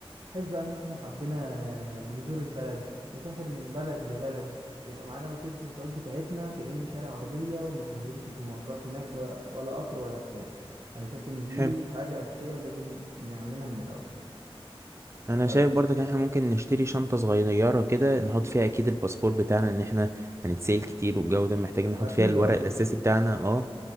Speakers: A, on the right; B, on the right.
A: بحيث بقى ان احنا حبينا نزور البلد نسافر من بلد لبلد يبقى معانا وسيلة المواصلات بتاعتنا كأن شارع عربية وما تبهدلش في المواصلات هناك و- ولا قطر ولا بتاع انا شايف ان دي
B: حلو
A: حاجة أساسية ولازم نعملها من الأول
B: انا
A: طيب
B: شايف برضك ان احنا ممكن نشتري شنطة صغيرة كده نحط فيها اكيد الباسبور بتاعنا ان احنا هنتسال كتير والجو ده محتاجين نحط
A: اكيد
B: فيها الورق
A: اه
B: الاساسي بتاعنا اه